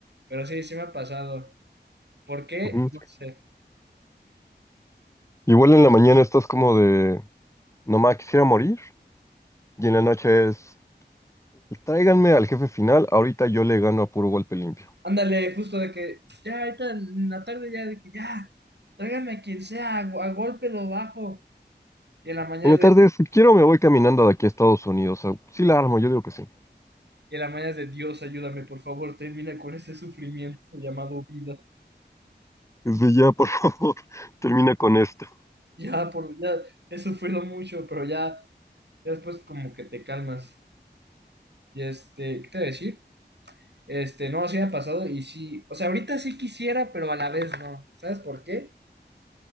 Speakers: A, on the right; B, on the left.
A: Pero sí, sí me ha pasado. ¿Por qué?
B: Ujú.
A: No sé.
B: Igual en la mañana estás como de, nomás quisiera morir, y en la noche es, tráiganme al jefe final, ahorita yo le gano a puro golpe limpio.
A: Ándale, justo de que ya ahorita en la tarde ya de que ya, tráigame a quien sea, a, a golpe lo bajo. Y en la mañana
B: En la
A: es
B: tarde,
A: de,
B: si quiero, me voy caminando de aquí a Estados Unidos. O sea, sí la armo, yo digo que sí.
A: y en la mañana es de Dios, ayúdame, por favor, termina con este sufrimiento llamado vida.
B: Desde ya, por <laughs> favor, termina con esto.
A: Ya, por, ya he sufrido mucho, pero ya. Ya después como que te calmas. Y este, ¿qué te voy a decir? Este, no, sí me ha pasado y sí, o sea, ahorita sí quisiera, pero a la vez no. ¿Sabes por qué?